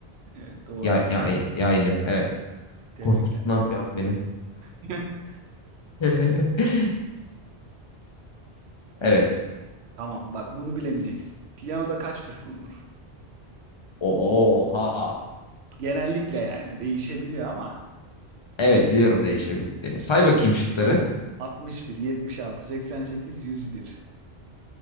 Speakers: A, on the right; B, on the left.
A: Evet doğru.
B: Yay, yay- yaylı. Evet.
A: Tebrikler.
B: Korkuttun lan bir an beni.
A: <laughs>
B: <laughs> Evet.
A: Tamam bak bunu bilemeyeceksin. Piyanoda kaç tuş bulunur?
B: Oha.
A: Genellikle yani değişebiliyor ama
B: Evet biliyorum değişebildiğini. Say bakayım şıkları.
A: 61, 76, 88, 101.